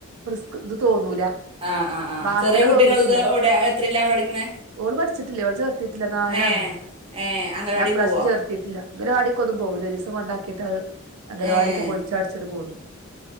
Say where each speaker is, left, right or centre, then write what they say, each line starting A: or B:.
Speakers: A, on the right; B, on the right.
A: റിസ്ക് ഇത് തോന്നൂല
B: ആഹ് ആഹ് ആഹ്
A: വാസന
B: ചെറിയ കുട്ടികൾ
A: തോന്നിയിട്ടില്ല
B: ഇത് ഇവിടെ എത്രല്ലാണ് പഠിക്കണേ
A: ഓള് പഠിച്ചിട്ടില്ല ഓളെ ചേർത്തിട്ടില്ല നാലാണ്
B: ഏ ഏ അംഗൻവാടി
A: ഞാൻപ്രാവശ്യം
B: പോവോ
A: ചേർ ട്ടിട്ടില്ല അംഗലവാടി ഒന്നും പോകൂല ഒരിസം കൊണ്ടാക്കിട്ട് അത് അംഗലവാടിയൊക്കെ
B: ഏ
A: പൊളിച്ചാടിച്ചി് പോന്നു